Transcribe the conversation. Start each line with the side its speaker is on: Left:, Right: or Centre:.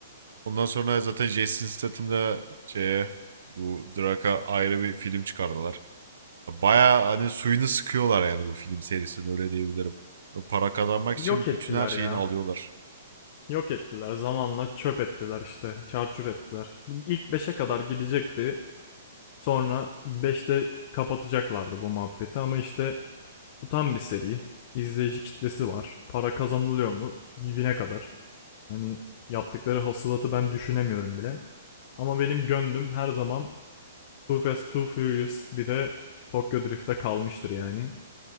Right: Ondan sonra zaten Jason Statham'da şeye bu Drak'a ayrı bir film çıkardılar. Bayağı hani suyunu sıkıyorlar yani bu film serisini öyle diyebilirim. Para kazanmak
Left: Yok
Right: için
Left: ettiler
Right: bütün her şeyini
Left: ya.
Right: alıyorlar.
Left: Yok ettiler. Zamanla çöp ettiler işte. Çarçur ettiler. İlk beşe kadar gidecekti. Sonra beşte kapatacaklardı bu muhabbeti ama işte tutan bir seri. İzleyici kitlesi var. Para kazanılıyor mu? Dibine kadar. Hani yaptıkları hasılatı ben düşünemiyorum bile. Ama benim gönlüm her zaman Too Fast Too Furious bir de Tokyo Drift'te kalmıştır yani.